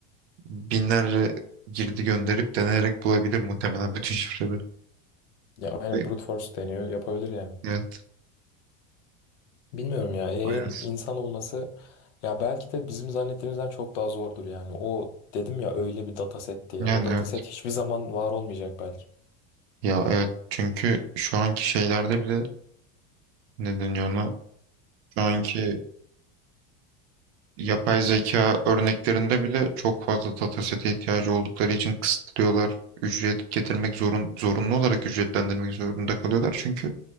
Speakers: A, on the right; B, on the left.
A: binlerce girdi gönderip deneyerek bulabilir muhtemelen bütün şifreleri.
B: Ya aynen
A: Ve
B: brute force deniyor, yapabilir yani.
A: Evet,
B: Bilmiyorum ya yayın
A: bayağı.
B: insan olması ya belki de bizim zannettiğimizden çok daha zordur yani. O dedim ya öyle bir dataset diye.
A: Yani
B: O dataset
A: evet.
B: hiçbir zaman var olmayacak belki.
A: Ya evet çünkü şu anki şeylerde bile ne deniyor ona? Şu anki yapay zeka örneklerinde bile çok fazla datasete ihtiyacı oldukları için kısıtlıyorlar. Ücret getirmek zorun, zorunlu olarak ücretlendirmek zorunda kalıyorlar. Çünkü